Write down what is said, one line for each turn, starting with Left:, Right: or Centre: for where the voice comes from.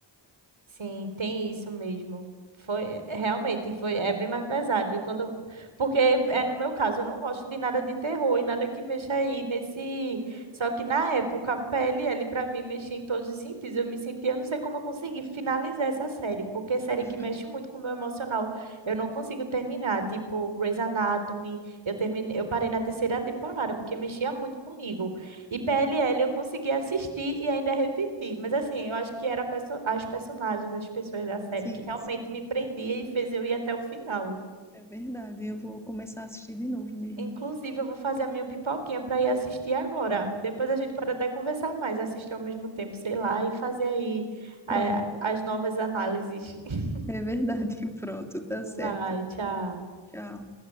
Right: Sim, tem isso mesmo. Foi é, realmente foi é bem mais pesado e quando porque é no meu caso, eu não gosto de nada de terror e nada que mexa aí nesse só que na época a PLL para mim mexia em todos os sentidos. Eu me sentia, eu não sei como eu consegui finalizar essa série, porque é série
Centre: Uhum.
Right: que mexe muito com o meu emocional, eu não consigo terminar, tipo Grey's Anatomy, eu terminei, eu parei na terceira temporada porque mexia muito comigo. E PLL
Centre: Ente-
Right: eu consegui assistir e ainda repetir, mas assim, eu acho que era a perso- as personagens, as pessoas da série
Centre: Sim,
Right: que realmente
Centre: sim,
Right: me prendia e fez eu ir até o final.
Centre: é verdade. Eu vou começar a assistir de novo mesmo.
Right: Inclusive, eu vou fazer a minha pipoquinha para ir assistir agora. Depois a gente pode até conversar mais, assistir ao mesmo tempo, sei lá, e fazer aí
Centre: Pronto,
Right: a- as novas análises. <laughs>
Centre: é verdade. <laughs> Pronto, tá certo.
Right: Vai, tchau.
Centre: Tchau.